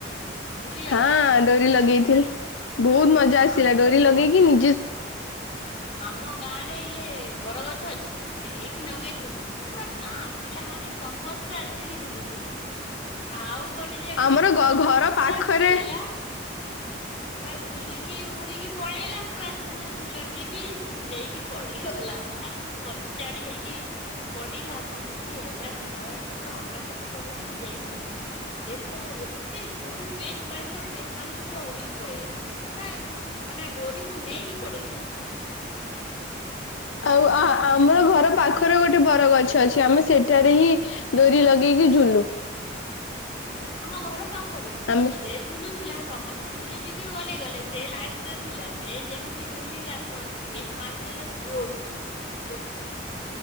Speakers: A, on the left; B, on the left.
A: ଝୁଲିବା
B: ହଁ
A: ପାଇଁ?
B: ଡୋରି ଲଗେଇଥିଲେି ବହୁତ ମଜା ଆସିଲା
A: ଆମର
B: ଡୋରି
A: ବି
B: ଲଗେଇକି
A: ବ
B: ନିଜେ
A: ଆମ ଗାଁ ରେ ଇଏ ବରଗଛ ଅଛି ସେ ଏଇଠି ଲଗେଇଥିଲୁ ପୁରା ଗାଁ ପିଲା ମାନ ମାନେ ସମସ୍ତେ ଆସିକି ଝୁଲୁଥିଲେ ଆଉ ଗୋଟେ ଯେମିତି
B: ଆମର
A: ମୋ ମାଉସୀ
B: ଘର ପାଖରେ
A: ଝିଅ ଝୁଲିଲା ପୁରା ଝୁଲିକି ଉଡିକି ପଳେଇଲା ପୁରା ଝୁ ବି ଛିଣ୍ଡେଇକି ପଡିଗଲା ତାପ କଚାଡି ହେଇକି ପଡିଲା କ କିଛି ହେଲାନି ନହେଲେ ପୁରା ଅଣ୍ଟା ଫଣ୍ଟା ସବୁ ଭାଙ୍ଗି ଯାଇଥାନ୍ତା। ସେ ପୁରା ଏତେ ଜୋରୁ ପେଜ ମାରିଲା ପେଜ ମାରିକି ପୁରା ଉଡିକି ପଳେଇଲା ପୁରା ମାନେ ଡୋରିକୁ ନେଇକି ପଡେଇଲା ହୁଁ
B: ଆଉ ଆମର
A: ଆମେ
B: ଘର ପାଖରେ ଗୋଟେ ଗୋଟେ ବର ଗଛ ଅଛି ଆମେ ସେଠାରେ ହିଁ ଡୋରି ଲଗେଇକି ଝୁଲୁ
A: ଆମ ଘର ପାଖରେ
B: ଆମେ
A: ସେ ଝୁଲୁଥିଲା ସମସ୍ତ ଝୁଲିଝୁଲିିକି ଓଲେଇଗଲେ ସେ ଲାଷ୍ଟରେ ଥିଲା ସେ ଯେମିତି ଝୁଲିଲା ପୁରା ପିଚ ମାରିଦେଲା ଜୋରରେ ସେ